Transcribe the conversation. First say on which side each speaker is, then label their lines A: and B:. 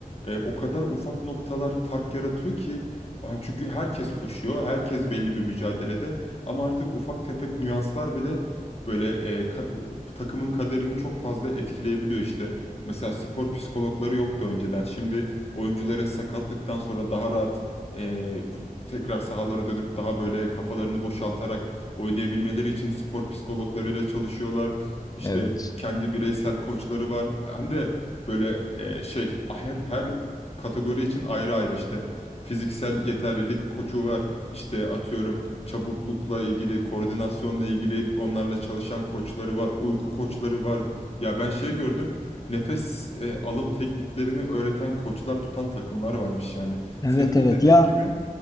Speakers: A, on the left; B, on the left.
A: e, o kadar ufak noktalar fark yaratıyor ki a, çünkü herkes koşuyor, herkes belli bir mücadelede ama artık ufak tefek nüanslar bile böyle e, ka- takımın kaderini çok fazla etkileyebiliyor işte. Mesela spor psikologları yoktu önceden. Şimdi oyuncuların sakatlıktan sonra daha rahat e, tekrar sahalara dönüp daha böyle kafalarını boşaltarak oynayabilmeleri için spor psikologlarıyla çalışıyorlar. İşte
B: Evet.
A: kendi bireysel koçları var. Hem de böyle e, şey her her kategori için ayrı ayrı işte fiziksel yeterlilik koçu var. İşte atıyorum çabuklukla ilgili, koordinasyonla ilgili onlarla çalışan koçları var, uyku koçları var. Ya ben şey gördüm. Nefes e, alım tekniklerini öğreten koçlar tutan takımlar varmış yani.
B: Evet
A: Senin de
B: evet
A: dediğin
B: ya
A: gibi,